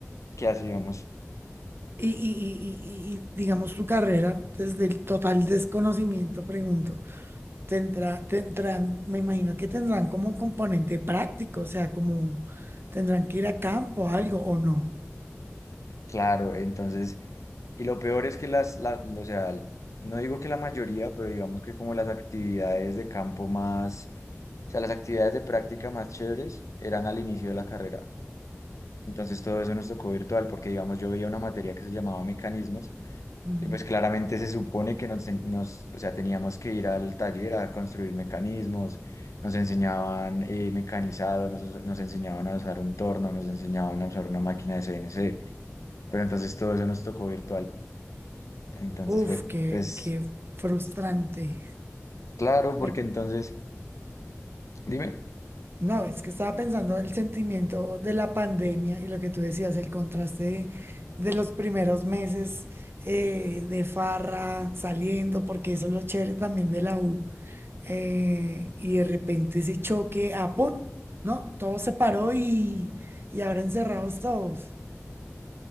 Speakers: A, on the left; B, on the right.
A: ¿qué hacíamos?
B: Y, y, y- y- y- digamos tu carrera, desde el total desconocimiento, pregunto, tendrá, tendrán, me imagino que tendrán como componente práctico, o sea, como tendrán que ir a campo, algo o no.
A: Claro, entonces, y lo peor es que las, la- o sea, no digo que la mayoría, pero digamos que como las actividades de campo más O sea, las actividades de práctica más chéveres eran al inicio de la carrera. Entonces todo eso nos tocó virtual porque, digamos, yo veía una materia que se llamaba mecanismos
B: Ujú.
A: y pues claramente se supone que nos, en- nos o sea, teníamos que ir al taller a construir mecanismos, nos enseñaban eh, mecanizado, nos, us- nos enseñaban a usar un torno, nos enseñaban a usar una máquina de C N C pero entonces todo eso nos tocó virtual. Entonces
B: Uf,
A: fue,
B: qué,
A: pues,
B: qué frustrante.
A: claro, porque
B: Por-
A: entonces, dime,
B: no, es que estaba pensando en el sentimiento de la pandemia y lo que tú decías, el contraste de, de los primeros meses eh, de farra, saliendo, porque eso es lo chévere también de la U. eh, y de repente ese choque, ah, ¡pum! ¿No? Todo se paró y, y ahora encerrados todos.